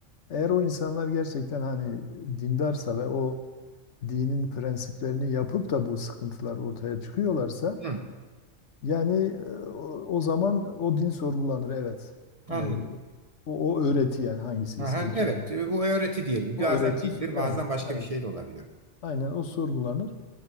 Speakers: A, on the left (about 65°); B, on the right (about 35°).
A: eğer o insanlar gerçekten hani dindarsa ve o dinin prensiplerini yapıp da bu sıkıntılar ortaya çıkıyorlarsa
B: Hı.
A: yani e, o, o zaman o din sorgulanır evet.
B: Anladım.
A: Yani o, o öğreti yani hangisiyse
B: Aha,
A: hiç
B: evet,
A: önemli
B: e,
A: değil.
B: bu öğreti diyelim.
A: O
B: Bazen
A: öğreti
B: dildir,
A: so-
B: bazen
A: eh,
B: başka
A: evet.
B: bir şey de olabilir.
A: Aynen o sorgulanır.